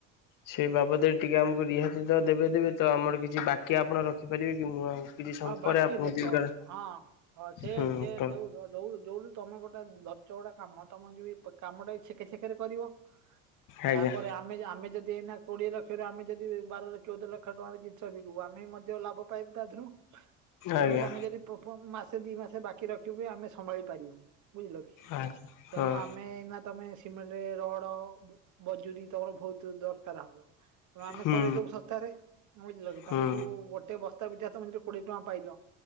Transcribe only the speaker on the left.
ସେଇ ବାବଦରେ ଟିକେ ଆମକୁ ରିହାତି ତ ଦେବେ ଦେବେ। ତ ଆମର କିଛି ବାକି ଆପଣ ରଖିପାରିବେ କି? ମୁଁ ଆଉ କିଛି ସମ
ପରେ ଆପଣଙ୍କୁ
ଦେବି କାରଣ
ହୁଁ
କଣ
ଆଜ୍ଞା
ଆଜ୍ଞା
ଆ
ହଁ
ହୁଁ
ହୁଁ